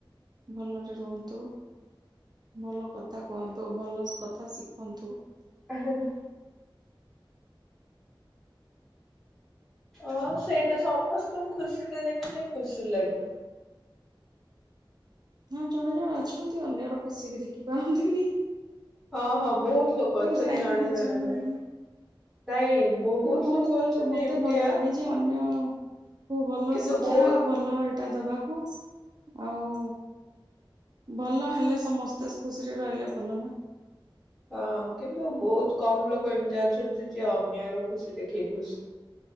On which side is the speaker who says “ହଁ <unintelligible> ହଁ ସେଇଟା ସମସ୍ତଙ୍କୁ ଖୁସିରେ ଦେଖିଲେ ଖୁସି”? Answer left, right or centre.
Centre